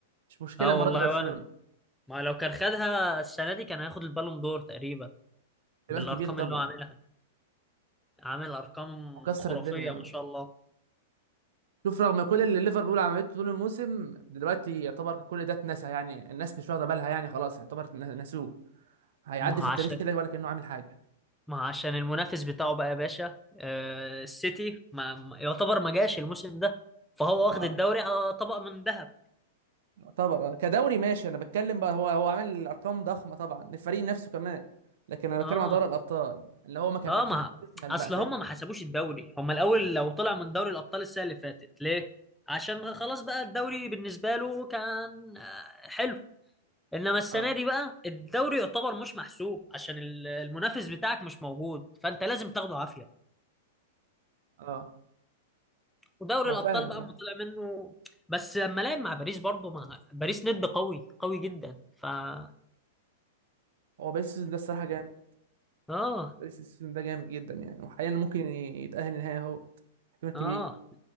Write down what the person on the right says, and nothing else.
مش مشكله
المره
دي برشلونه
احتمال كبير طبعا
وكسر
الدنيا
شوف رغم كل اللي ليفربول عملته طول الموسم دلوقتي يعتبر كل ده اتنسى يعني الناس مش واخده بالها يعني خلاص يعتبر ن- نسوه هيعدي
في
التاريخ
كده ولا كانه عامل حاجه
اه
يعتبر آه. كدوري ماشي انا بتكلم بقى هو هو عامل ارقام ضخمه طبعا الفريق نفسه كمان لكن انا
بتكلم على دوري الابطال اللي هو ما كمل
كمل
بقى فاهمني
اه
اه
هو
فعلا
يعني
هو باريس السيزون ده الصراحه جامد
باريس السيزون ده جامد جدا يعني وحاليا ممكن يتاهل النهائي اهو احتمال كبير